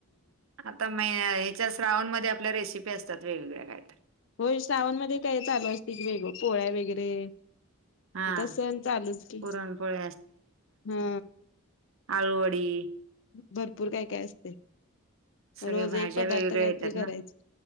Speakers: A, on the right; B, on the left.
A: आता म ह्याच्या श्रावण मध्ये आपल्या रेसिपी असतात वेगवेगळ्या काय तर
B: हो श्रावण मध्ये काय चालू असतय की वेगळं पोळ्या वगैरे
A: हा.
B: आता सण चालूच की
A: पुरणपोळी
B: हा
A: आळुवडी
B: भरपूर काय काय असतय.
A: सगळ्या
B: रोज
A: भाज्या
B: एक पदार्थ
A: वेगवेगळ्या
B: काहीतरी
A: येतात ना
B: करायच